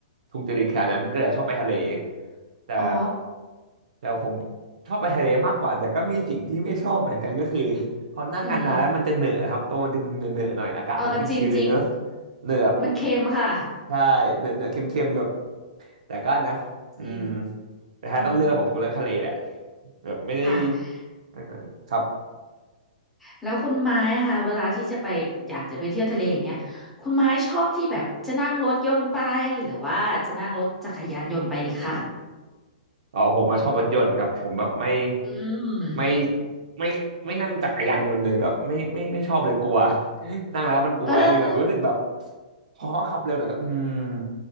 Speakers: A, on the right (about 55°); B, in the centre.
A: ถูกจริตขนาดนั้นก็เลยชอบไปทะเลแต่
B: อ๋อ
A: แต่ผมชอบไปทะเลมากกว่าแต่ก็มีสิ่งที่ไม่ชอบเหมือนกันก็คือ <laughs> พอนั่งนานๆแล้วมันจะเหนอะครับตัวมันจะเหนอะๆหน่อยอากาศมันชื้นๆเนอะ
B: อืมเออจริงจริง
A: เหนอะ
B: มันเค็มค่ะ
A: ใช่เหนอะๆเค็มๆแบบ แต่ก็นะอืม
B: จริง
A: แต่ถ้าต้องเลือกผมคงเลือกทะเลแหละ
B: อืม
A: แบบไม่ได้
B: ค่ะ
A: นะครับ
B: แล้วคุณไม้อะค่ะเวลาที่จะไปอยากจะไปเที่ยวทะเลอย่างเงี้ยคุณไม้ชอบที่แบบจะนั่งรถยนต์ไปหรือว่าจะนั่งรถจักรยานยนต์ไปดีคะ
A: อ๋อผมมาชอบรถยนต์ครับผมแบบไม่
B: อืม
A: ไม่ไม่ไม่ไม่นั่งจักรยานยนต์เลยแบบไม่ไม่ไม่ชอบเลยกลัว <laughs> นั่งแล้วมันกลัวนิดนึงแบบรู้สึกแบบ
B: เออ
A: พอขับเร็วหน่อยก็อืม